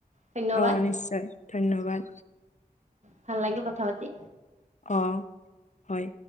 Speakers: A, on the right; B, on the left.
A: ধন্যবাদ।
B: অ' নিশ্চয় ধন্যবাদ।
A: ভাল লাগিল কথা পাতি
B: অ হয়